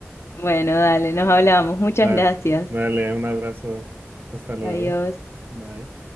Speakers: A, on the left; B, on the right.
A: bueno, dale, nos hablamos. Muchas
B: Dale,
A: gracias.
B: dale, un abrazo. Hasta luego.
A: Adiós.
B: Bye.